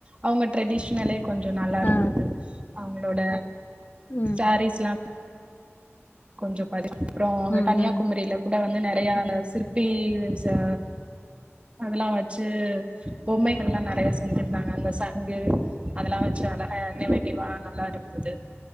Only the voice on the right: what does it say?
அவங்க ட்ரெடிஷ்னலே கொஞ்ச நல்லா இருந்தது
அவங்களோட
சேர்ஸ் லா கொஞ்ச பதி அப்புறம் அங்க
கன்னியாகுமரியில
கூட வந்து நெறைய சிற்பி ஸ அதெல்லா வச்சு பொம்மைகள்லா நெறைய செஞ்சிருந்தாங்க அந்த சங்கு அதெல்லாம் வச்சு அழகா என் வேட்டி வா நல்லா இருந்தது